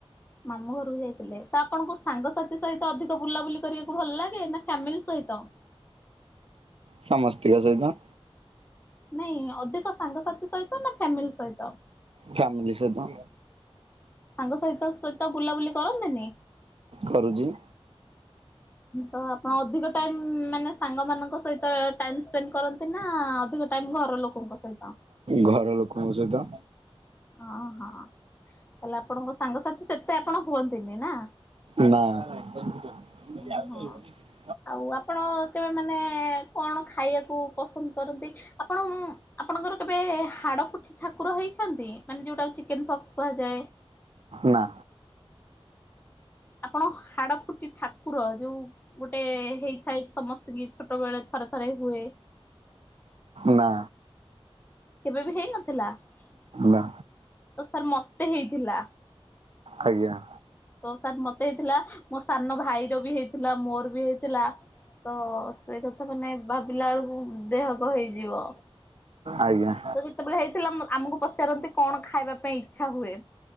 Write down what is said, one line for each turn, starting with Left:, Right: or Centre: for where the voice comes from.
Left: ମାମୁଁ ଘରକୁ ଯାଇଥିଲେ ତ ଆପଣଙ୍କ ସାଙ୍ଗସାଥି ସହିତ ଅଧିକ ବୁଲାବୁଲି କରିବାକୁ ଭଲ ଲାଗେ ନା ଫ୍ୟାମିଲି ସହିତ।
Right: ସମସ୍ତଙ୍କ ସହିତ।
Left: ନାଇଁ ଅଧିକ ସାଙ୍ଗସାଥି ସହିତ ନା ଫ୍ୟାମିଲି ସହିତ।
Right: ଫ୍ୟାମିଲି ସହିତ।
Left: ସାଙ୍ଗ ସହିତ ତ ବୁଲାବୁଲି କରନ୍ତିନି।
Right: କରୁଛି।
Left: ହଁ ତ। ଅଧିକ ଟାଇମ ମାନେ ସାଙ୍ଗମାନଙ୍କ ସହିତ ଟାଇମ୍ ସ୍ପେଣ୍ଡ କରନ୍ତି ନା ଅଧିକ ଟାଇମ୍ ଘର ଲୋକଙ୍କ ସୋ।
Right: ଘର ଲୋକଙ୍କ ସହିତ।
Left: ଓହଁ ତାହଲେ ଆପଣଙ୍କ ସାଙ୍ଗସାଥି ସେତେ ଆପଣ ହୁଅନ୍ତିନି ନା?
Right: ନା
Left: ଓହୋ ଆଉ ଆପଣ କେବେ ମାନେ କଣ ଖାଇବାକୁ ପସନ୍ଦ କରନ୍ତି ଆପଣ ଆପଣଙ୍କର କେବେ ହାଡ଼ଫୁଟି ଠାକୁର ହେଇଛନ୍ତି ମାନେ ଯେଉଁଟା ଚିକେନ ଫକ୍ସ କୁହାଯାଏ।
Right: ନା।
Left: ଆପଣ ହାଡ ଫୁଟି ଠାକୁର ଯୋଉ ଗୋଟେ ହେଇଥାଏ ସମସ୍ତେ ବି ଛୋଟ ବେଳେ ଥରେ ଥରେ ହୁଏ।
Right: ନା।
Left: କେବେ ବି ହେଇନଥିଲା ତ
Right: ନା
Left: ସାର୍ ମତେ ହେଇଥିଲା।
Right: ଆଜ୍ଞା।
Left: ତ ସାର୍ ମତେ ହେଇଥିଲା, ମୋ ସାନ ଭାଇର ବି ହେଇଥିଲା। ମୋର ବି ହେଇଥିଲା, ତ ସେ କଥା ମାନେ ଭାବିଲା ଅଳକୁ ଦେହ କଣ ହେଇଯିବ?
Right: ଆଜ୍ଞା।
Left: ତ ଯେତେବେଳେ ହେଇଥିଲା, ମ ଆମକୁ ପଚାରନ୍ତି, କଣ ଖାଇବା ପାଇଁ ଇଚ୍ଛା ହୁଏ?